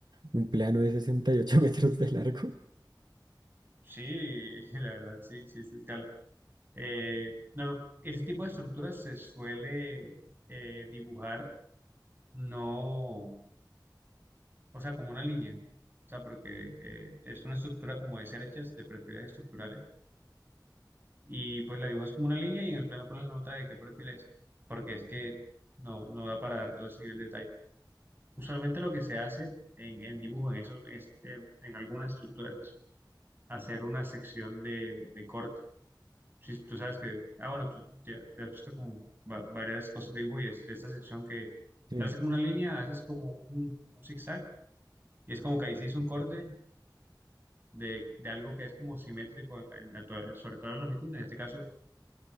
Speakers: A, on the right (about 65°); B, on the right (about 25°).
A: un plano de 68 <laughs> metros de largo.
B: sí, <laughs> la verdad sí, sí es a escala Eh, no, no, ese tipo de estructuras se suele eh, dibujar no, o sea, como una línea, o sea, porque eh, es una estructura como de cerchas de perfiles estructurales, y pues la dibujas como una línea y en el plano pones la nota de qué perfil es, porque es que no, no da para dar todo ese nivel de detalle. Usualmente lo que se hace en, en dibujo, en, esos, es- en, en algunas estructuras, es hacer una sección de de, corte sí tú sabes que, ah, bueno, tú ya, ya has visto como va- varias cosas de dibujo y es esta sección que
A: Sí.
B: te hace como una línea, haces como un, un zigzag y es como que ahí se hizo un corte de, de algo que es como simétrico en la to- sobre toda la longitud, en este caso